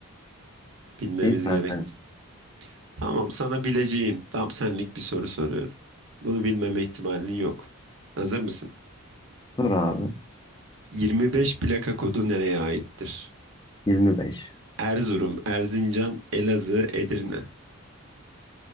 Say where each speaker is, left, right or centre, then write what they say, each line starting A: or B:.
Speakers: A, on the right (about 60°); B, on the left (about 20°).
A: Bilmemiz
B: Şey zaten.
A: gerekti. Tamam sana bileceğin tam senlik bir soru soruyorum. Bunu bilmeme ihtimalin yok. Hazır mısın?
B: Doğru abi.
A: 25 plaka kodu nereye aittir?
B: 25.
A: Erzurum, Erzincan, Elazığ, Edirne.